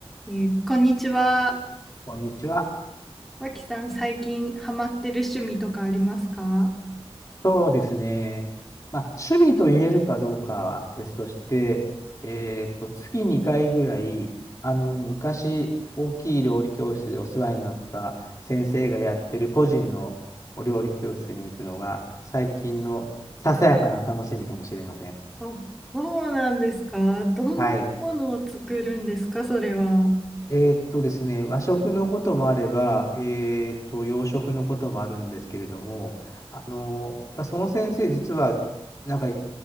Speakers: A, in the centre; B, on the left (about 35°).
A: えーこんにちは。
B: こんにちは。
A: 脇さん、最近ハマってる趣味とかありますか
B: そうですね。まあ、趣味と言えるかどうかは別として、えっと、月2回ぐらい、あの、昔、大きい料理教室でお世話になった先生がやってる個人のお料理教室に行くのが、最近のささやかな楽しみかもしれません。
A: あ、そうなんですか。どんなものを作るんですか、
B: はい。
A: それは。は
B: えーっとですね、和食のこともあれば、えーっと、洋食のこともあるんですけれども、あの、やっぱその先生、実は、なんか、